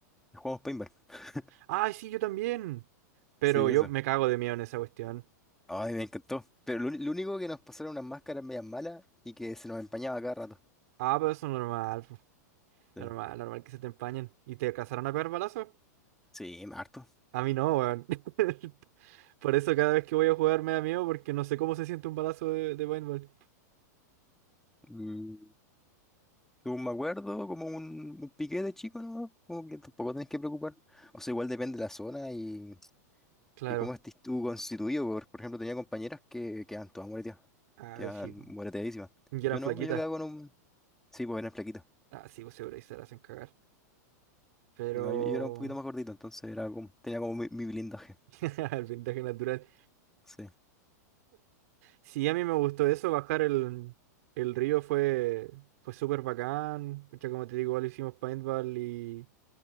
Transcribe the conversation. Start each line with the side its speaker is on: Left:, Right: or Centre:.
Centre: jugamos paintball. <laughs>
Right: ¡Ay, sí, yo también! Pero
Centre: Sí,
Right: yo
Centre: eso.
Right: me cago de miedo en esa cuestión.
Centre: Ay, me encantó. Pero lo, uni- lo único que nos pasaron unas máscaras medias malas y que se nos empañaba cada rato.
Right: Ah, pero eso es normal. po.
Centre: Sí.
Right: Normal, normal que se te empañen. ¿Y te alcanzaron a pegar balazos?
Centre: Sí, harto.
Right: A mí no, weón. <laughs> Por eso cada vez que voy a jugar me da miedo porque no sé cómo se siente un balazo de, de paintball.
Centre: Mm. Según me acuerdo, como un, un piqué de chico, ¿no? Como que tampoco tenés que preocupar. O sea, igual depende de la zona y,
Right: Claro.
Centre: y cómo estés tú constituido. Por, por ejemplo, tenía compañeras que quedan todas moreteadas,
Right: Ah,
Centre: quedan
Right: sí.
Centre: moreteadísimas.
Right: Y
Centre: Yo
Right: eran flaquitas.
Centre: no, yo quedaba con un... Sí, pues era flaquito.
Right: Ah, sí, pues seguro ahí se las hacen cagar. Pero...
Centre: No, yo, yo era un poquito más gordito, entonces era como, tenía como mi, mi blindaje.
Right: <laughs> El vendaje natural.
Centre: Sí.
Right: Sí, a mí me gustó eso, bajar el, el río fue, fue súper bacán. Pucha, como te digo, igual hicimos paintball y,